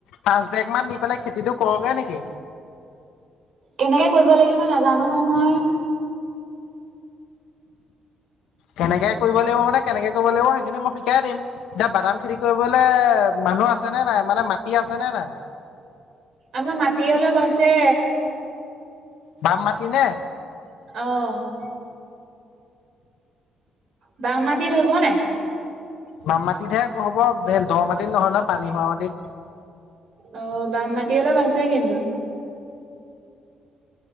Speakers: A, on the left; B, on the right.
A: পাঁচ বেগ মান দি পেলাই খেতিটো কৰোগে নেকি?
B: কেনেকে কৰিব লাগিব নাজানো নহয়।
A: কেনেকে কৰিব লাগিব, মানে কেনেকে কৰিব লাগিব, সেইখিনি মই শিকাই দিম। এতিয়া বাদাম খেতি কৰিবলৈ মানুহ আছেনে নাই? মানে মাটি আছেনে নাই?
B: আমাৰ মাটি অলপ আছে।
A: বাম মাাটতি নে?
B: অঁ। বাম মাটিত হ'ব নাই।
A: মাম মাটিতহে হ'ব এ দ মাটিত নহয় নহয়, পানী হোৱা মাটিত।
B: অ বাম মাটি অলপ আছে কিন্তু।